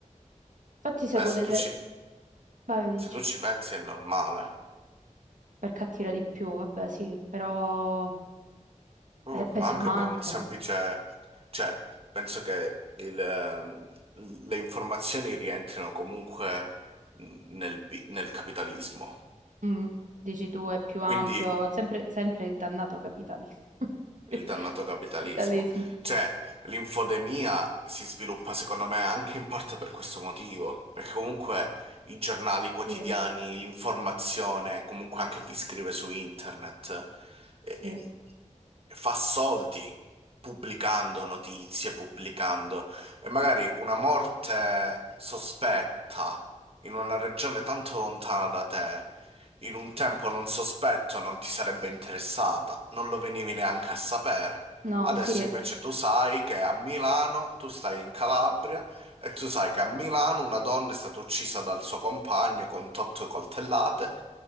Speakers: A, on the right (about 75°); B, on the right (about 50°).
A: Infatti seguo
B: Beh, se
A: delle...
B: tu ci,
A: Vai, dici,
B: se tu ci pensi è normale,
A: per cattiva di più, vabbè sì, però
B: Uh,
A: è pesante.
B: ma anche per un semplice... Cioè, penso che il, ehm, le informazioni rientrino comunque nel, bi- nel capitalismo.
A: Mm, dici tu, è più
B: Quindi
A: ampio, sempre, sempre il dannato capitalismo. <laughs>
B: Il dannato capitalismo.
A: Capitalismo.
B: Cioè, l'infodemia si sviluppa secondo me anche in parte per questo motivo, perché comunque i giornali quotidiani,
A: Sì,
B: l'informazione, comunque anche chi scrive su internet, eh,
A: sì.
B: eh, fa soldi pubblicando notizie, pubblicando e magari una morte sospetta in una regione tanto lontana da te. In un tempo non sospetto non ti sarebbe interessata, non lo venivi neanche a sapere.
A: No,
B: Adesso
A: sì,
B: invece tu sai che a Milano, tu stai in Calabria, e tu sai che a Milano una donna è stata uccisa dal suo compagno con otto coltellate,